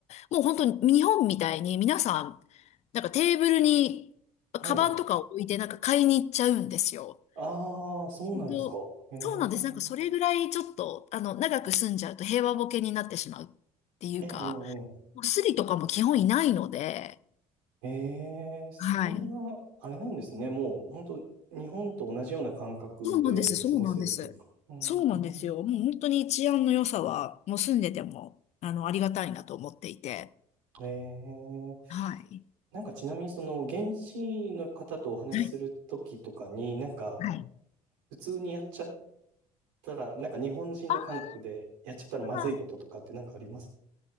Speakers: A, on the left; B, on the right.
A: もう本当に日本みたいに皆さん、なんかテーブルにカバンとかを置いてなんか買いに行っちゃうんですよ。
B: はい。ああ、そうなんですか。
A: 本当そうなんです。
B: へえ。
A: なんかそれぐらいちょっと、あの、長く住んじゃうと平和ボケになってしまうっていうか、
B: ええ、
A: もうスリとかも基本いないので、
B: ええ、ええそんな、
A: はい。
B: あれなんですね。もう、本当日本と同じような感覚で過ごせるというか。
A: そうなんです、そうなんです。
B: うーん。
A: そうなんですよ。もう本当に治安の良さは、もう住んでても、あの、ありがたいなと思っていて。
B: ええ、
A: はい。
B: なんかちなみに、その、現地の方とお話しするときとかに、
A: はい。
B: なんか、
A: はい。
B: 普通にやっちゃったら、なんか日本人の感覚でやっちゃったらまずいこととかってなんかあります
A: あ現